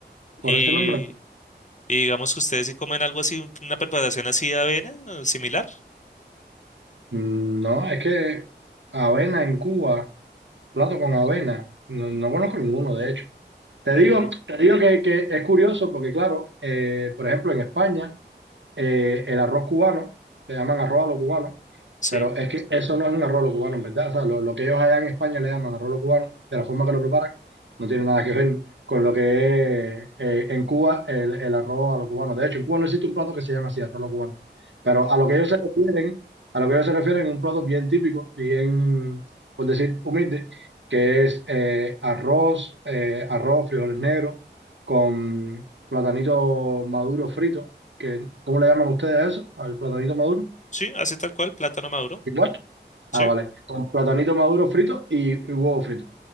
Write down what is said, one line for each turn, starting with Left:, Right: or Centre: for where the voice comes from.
Right: Por
Left: Y,
Right: ese nombre,
Left: y digamos que ustedes si comen algo así, un- una preparación así de avena, eh, similar.
Right: mm, no, es que avena en Cuba, plato con avena, no, no conozco ninguno, de hecho. Te
Left: Ve,
Right: digo, te digo que, que es curioso porque, claro, eh, por ejemplo, en España. eh, el arroz cubano, le llaman arroz a los cubanos,
Left: sí,
Right: pero es que eso no es un arroz a los cubanos, en verdad. O sea, lo, lo que ellos allá en España le llaman arroz a los cubanos, de la forma que lo preparan, no tiene nada que ver con lo que es eh, en Cuba el, el arroz a los cubanos. De hecho, en Cuba no existe un plato que se llame así, arroz a los cubanos. Pero a lo que ellos se refieren, a lo que ellos se refieren, un plato bien típico, bien, por decir, humilde, que es eh, arroz, eh, arroz, frijoles negros, con platanito maduro frito que, ¿cómo le llaman ustedes a eso? ¿Al platanito maduro?
Left: sí, así tal cual, plátano maduro,
Right: Igual.
Left: sí,
Right: Ah, vale. Con platanito maduro frito y, y huevo frito.